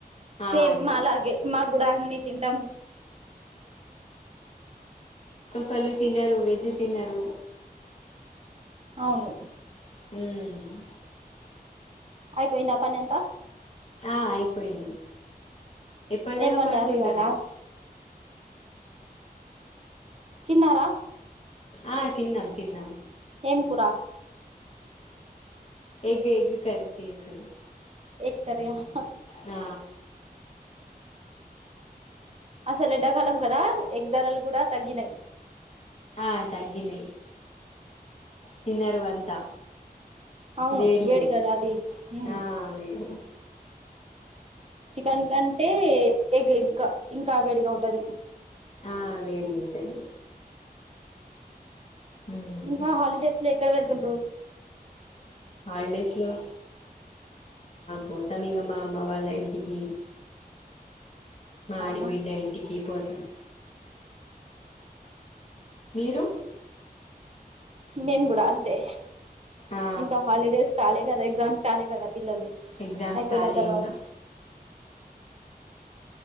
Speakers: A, on the left; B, on the right.
A: ఆ
B: సేమ్
A: అన్ని
B: మాలాగే మాగ్గుడా అన్నీ తింటాం
A: కలు తినరు వెజ్ తిన్నారు
B: అవును
A: మ్
B: అయిపోయిందా పని అంత
A: ఆ అయిపోయింది ఎప్పటిదాకా
B: ఏం వండారు
A: పండుకుంటారండి
B: ఇవాళ తిన్నారా
A: ఆ తిన్నాం తిన్నాం
B: ఏం కురా
A: ఎగ్ ఎగ్ కర్రీ చేస్
B: ఎగ్ కర్రీ హా
A: ఆ
B: అసలు ఎండాకాలం కదా ఎగ్ ధరలు కూడా తగ్గినాయి
A: ఆ తగ్గిన తన్నారురు అంత
B: అవును
A: వేడి అని
B: కదా అది ఉమ్
A: ఆ వేడిని
B: చికెన్ కంటే ఏగ ఇం ఇంకా వేడిగా ఉంటది
A: ఆ వేడి ఉంటది ఉమ్
B: ఇంకా హాలిడేస్ లేక్ కడవరుతుంట్రు
A: హాలిడేస్ లో పోతాం ఇకమ్మా అమ్మ వాళ్ళ ఇంటికి మీ
B: అవునా
A: బిడ్ ఎళ్ంటి పోం మీరు
B: మేం కూడా అంతే
A: ఆ
B: ఇంకా హాలిడేస్ కాలే కదా ఎగ్జామ్స్ లి కదా పిల్లలది
A: ఎగ్జామ్స్
B: అయిపోయిన
A: ఖాళీ
B: తర్వాత
A: ఇంకా